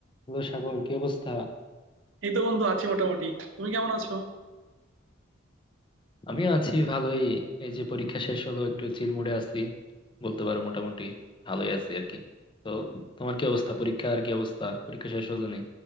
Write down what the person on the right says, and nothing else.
এই তো বন্ধু আছি মোটামুটি তুমি কেমন আছো